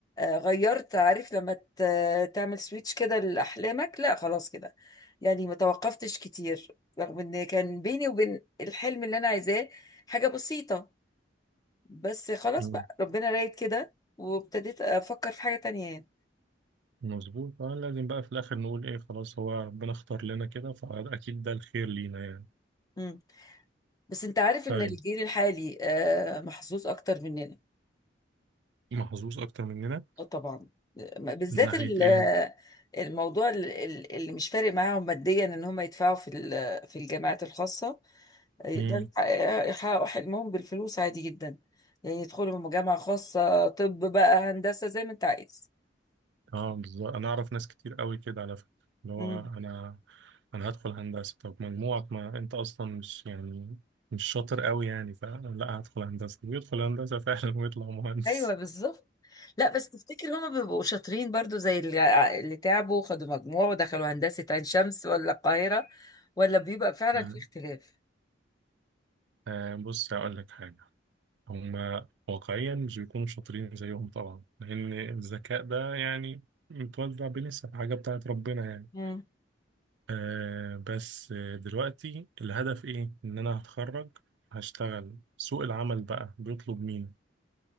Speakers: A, on the left; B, on the right.
A: غيرت عارف لما ت- تعمل سويتش كده لأحلامك لا خلاص كده يعني ما توقفتش كتير رغم ان كان بيني وبين الحلم اللي انا عايزاه حاجة بسيطة بس خلاص
B: امم
A: بقى ربنا رايد كده وابتديت افكر في حاجة تانية يعني
B: مظبوط اه لازم بقى في الاخر نقول ايه خلاص هو ربنا اختار لنا كده فاكيد ده الخير لينا يعني
A: مم. بس انت عارف
B: طيب
A: ان الجيل الحالي آه، محظوظ اكتر مننا
B: محظوظ اكتر مننا
A: اه طبعا بالذات
B: من ناحية
A: ال-
B: ايه
A: الموضوع ال- ال- اللي مش فارق معاهم ماديا ان هم يدفعوا في ال- في الجامعات الخاصه يقدروا
B: مم.
A: يحقق- يحققوا حلمهم بالفلوس عادي جدا يعني يدخلوا من جامعه خاصه طب بقى هندسه زي ما انت عايز
B: اه بالظبط انا اعرف ناس كتير قوي كده على فكره اللي هو
A: مم.
B: انا انا هدخل هندسه طب مجموعك ما انت اصلا مش يعني مش شاطر قوي يعني فلا هدخل هندسه ويدخل هندسه <laughs> فعلا ويطلع مهندس
A: ايوه بالظبط لا بس تفتكر هما بيبقوا شاطرين برضو زي اللي اللي تعبوا وخدوا مجموع ودخلوا هندسة عين شمس ولا القاهرة ولا بيبقى فعلا
B: آه
A: في اختلاف
B: آه، بص هقول لك حاجه هم واقعيا مش بيكونوا شاطرين زيهم طبعا لان الذكاء ده يعني متوزع بنسب حاجه بتاعت ربنا يعني
A: مم.
B: آه بس آه، دلوقتي الهدف ايه ان انا هتخرج هشتغل سوق العمل بقى بيطلب مين